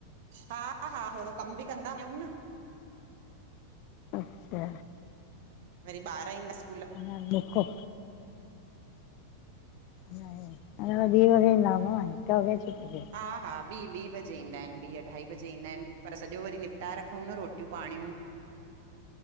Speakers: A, on the right (about 50°); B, on the left (about 40°).
A: हा, हा थोरो कम बि कंदा वञूं न।
B: अच्छा।
A: वरी ॿार ईंदस।
B: <unintelligible> धिकौ अन्ना त ॿि बजे भी ईंदा हुंदव न, कैणो छुट जे
A: हा, हा, ॿी, ॿी बजे ईंदा आहिनि, ॿी, अढाई बजे ईंदा आहिनि। पर सॼो वरी निपटाए रखूंव न रोटियूं पाणियूं।